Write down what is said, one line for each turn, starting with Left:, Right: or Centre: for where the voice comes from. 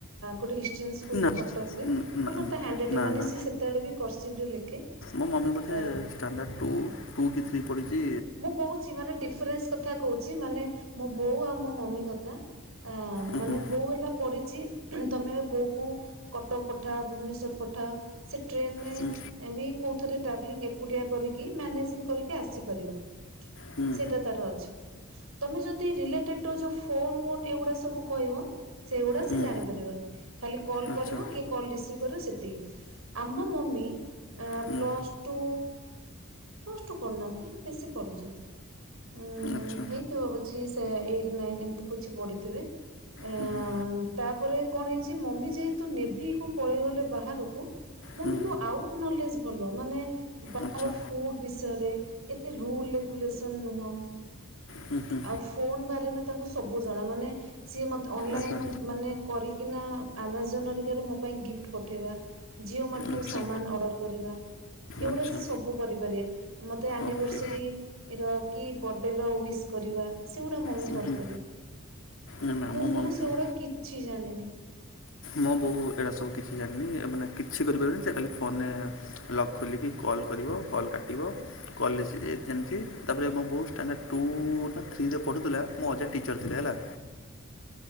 Right: ଗୋଟେ ଜିମ୍ସ ସ୍କୁଲରେ
Left: ନା
Right: କଟକରେ।
Left: ନା
Right: ଭଲ ତ ହ୍ୟାଣ୍ଡରାଇଟିଂ
Left: ନା
Right: ମାନେ
Left: ନା
Right: ସେ ସେତେବେଳେ ବି କର୍ସିପରେ ଲେଖେ।
Left: ମୋ ମମି ବୋଧେ
Right: ଅ
Left: ଷ୍ଟାଣ୍ଡାର୍ଡ ଟୁ ଟୁ କି ଥ୍ରୀ ପଢିଛି।
Right: ମୁଁ କହୁଛି ମାନେ ଡିଫରେନ୍ସ କଥା କହୁଛି ମାନେ ମୋ ବୋଉ ଆଉ ମୋ ମମି କଥା। ଆ
Left: ଉଁ
Right: ମାନେ
Left: ହୁଁ
Right: ବୋଉ ହେଲା ପଢିଛି ତମେ ବୋଉକୁ କଟକ ପଠା ଭୁବନେଶ୍ଵର ପଠା। ସେ ଟ୍ରେନରେ
Left: ହୁଁ
Right: ବି କୋଉ ଥରେ ଟ୍ରାଭେଲିଂ ଏକୁଟିଆ କରିକି ମ୍ୟାନେଜିଂ କରିକି ଆସିପାରିବ।
Left: ହୁଁ
Right: ସେଟା ତାର ଅଛି। ତମେ ଯଦି ରିଲେଟେଡ ଯୋଉ ଫୋନ ମୋନ୍ ଏଗୁଡା ସବୁ କହିବ। ସେଗୁଡା ସେ
Left: ହୁଁ ହୁଁ
Right: ଜାଣିପାରିବନି। ଖାଲି କଲ
Left: ଆଚ୍ଛା
Right: କରିବ କି କଲ୍ ରିସିଭ୍ କରିବ ସେତିକି। ଆମ ମମି ଆ
Left: ହୁଁ
Right: ପ୍ଲସ୍ ଟୁ ପ୍ଲସ ଟୁ ପଢିନାହାନ୍ତି। ବେଶୀ ପଢିଛନ୍ତି।
Left: ଆଚ୍ଛା
Right: ହେଇ ଭାବୁଛି ସେ ଏଇଟ୍ ନାଇନ୍ ଏମିତି ପଛେ ପଢିଥିବେ। ଆ
Left: ହୁଁ ହୁଁ
Right: ତାପରେ କଣ ହେଇଛି ମମି ଯେହେତୁ ନେଭିକୁ ପଳେଇ ଗଲେ ବାହାରକୁ। ମମିକୁ
Left: ହୁଁ
Right: ଆଉ ନାଲେଜ୍ ଭଲ। ମାନେ ବାହାର
Left: ଆଚ୍ଛା
Right: ଫୁଡ ବିଶ୍ ୟରେ ଏତେ ରୁଲ ରେଗୁଲେସନ ନୁହ।
Left: ହୁଁ ହୁଁ
Right: ଆଉ ଫୋନ ବାରେମେ ତାଙ୍କୁ ସବୁ ଜଣା। ମାନେ ସିଏ ମତେ ଅନଲାଇନ୍
Left: ଆଚ୍ଛା
Right: ମାନେ କରିକିନା ଆମାଜନ ହେରିକାରୁ ମୋ ପାଇଁ ଗିପ୍ଟ ପଠେଇବା। ଜିଓମା ସେଠୁ
Left: ଆଚ୍ଛା
Right: ସାମାନ ଅଡର କରିବା। ଏଗୁଡା
Left: ଆଚ୍ଛା
Right: ସବୁ କରିପାରିବେ। ମୋତେ ଆନିବର୍ଷରି
Left: ଓକେ
Right: ଏ ର କି ବଡେରେ ଉଇସି କରିବା ସେଗୁଡା ମମି
Left: ହୁଁ
Right: କରିଦେବେ।
Left: ହୁଁ ନା ନା
Right: ମୁଁ
Left: ମୋ
Right: ବୋଉ
Left: ମମି
Right: ସେଗୁଡା କିଛି ଜାଣିନି।
Left: ମୋ ବୋଉ ଏଇରା ସବୁ କିଛି ଜାଣିନି। ମାନେ କିଛି କରିପାରିବନି। ସେ ଖାଲି ଫୋନରେ ଲକ ଖୋଲିକି କଲ୍ କରିବ କଲ୍ କାଟିବ। କଲେଜ ଜାଣିଛି ତାପରେ ମୋ ବହୁତ ଷ୍ଟାଣ୍ଡାର୍ଡ ଟୁ ନା ଥ୍ରୀରେ ପଢୁଥିଲା। ମୋ ଅଜା ଟିଚର୍ ଥିଲେ ହେଲା।